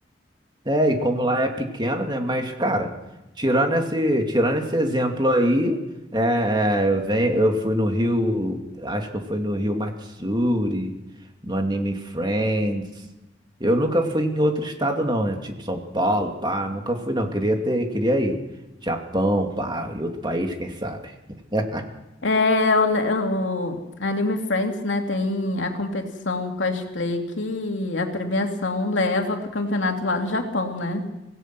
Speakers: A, on the right; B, on the left.
A: É, e como lá é pequena, né? Mas, cara, tirando esse, tirando esse exemplo aí, é, é, eu, venho, eu fui no Rio, acho que eu fui no Rio Matsuri, no Anime Friends. Eu nunca fui em outro estado, não, né? Tipo São Paulo, pá, nunca fui, não. Queria ter, queria ir. Japão, pá, e outro país, quem sabe? <laughs>
B: É, o, le- o Anime Friends, né, tem a competição cosplay que a premiação leva pro campeonato lá no Japão, né?